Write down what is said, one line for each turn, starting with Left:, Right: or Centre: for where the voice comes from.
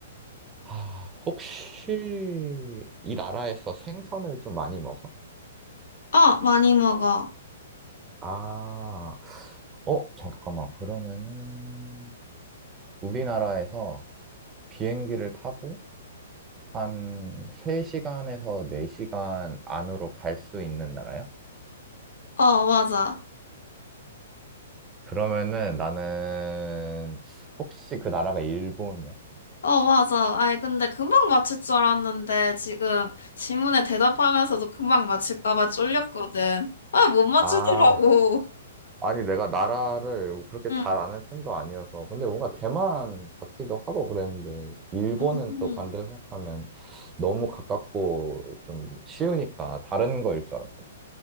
Right: 아, 혹시 이 나라에서 생선을 좀 많이 먹어?
Left: 어, 많이 먹어.
Right: 아, 어, 잠깐만. 그러면은, 우리나라에서 비행기를 타고 한 3시간에서 4시간 안으로 갈 수 있는 나라야?
Left: 어, 맞아.
Right: 그러면은 나는, 혹시 그 나라가 일본이야?
Left: 어, 맞아. 아이, 근데 금방 맞출 줄 알았는데 지금 질문에 대답하면서도 금방 맞출까 봐 쫄렸거든. 아, 못 맞추더라고.
Right: 아, 아니, 내가 나라를 그렇게
Left: 응.
Right: 잘 아는 편도 아니어서. 근데 뭔가 대만 같기도 하고 그랬는데, 일본은
Left: 음.
Right: 또 반대로 생각하면 너무 가깝고 좀 쉬우니까 다른 거일 줄 알았거